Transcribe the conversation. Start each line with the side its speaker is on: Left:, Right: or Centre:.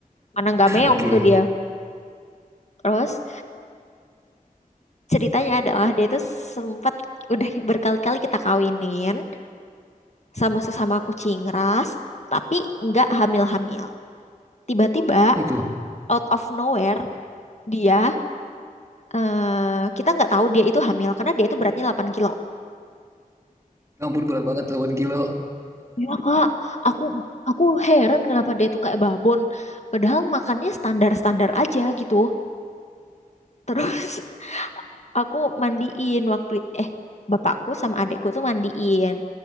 Left: Mana nggak meong
Right: oke okay.
Left: tuh dia. Terus ceritanya adalah dia itu sempat udah berkali-kali kita kawinin sama sesama kucing ras, tapi nggak hamil-hamil. Tiba-tiba
Right: oh itu
Left: out of nowhere dia eh kita nggak tahu dia itu hamil karena dia itu beratnya 8 kilo.
Right: ya ampun berat banget 8 kilo
Left: Ya kak, aku aku heran kenapa dia itu kayak babon. Padahal makannya standar-standar aja gitu. Terus <laughs> aku mandiin waktu eh bapakku sama adekku tuh mandiin